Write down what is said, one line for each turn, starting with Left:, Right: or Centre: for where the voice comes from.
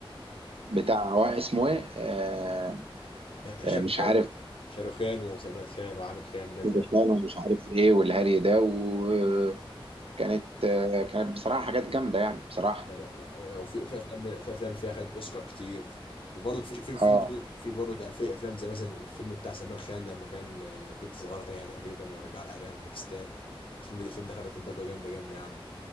Right: بتاع هو اسمه ايه آه،
Left: <laughs>
Right: آه،
Left: شاروخان
Right: مش عارف
Left: شاروخان وسلمان خان وعامر خان الناس
Right: باتشان
Left: دول
Right: ومش عارف ايه والهري ده وكانت آه، كانت بصراحه حاجات جامده يعني بصراحه
Left: لا لا لا وفي وفي افلام وفي افلام فيها خدت اوسكار كتير وبرضه في في في
Right: اه
Left: في برضه يعني في افلام زي مثلا الفيلم بتاع سلمان خان لما كان آه، بنت صغيره تايهه تقريبا ورجع لاهلها من باكستان الفيلم ده الفيلم ده خد ضجه جامده جامده يعني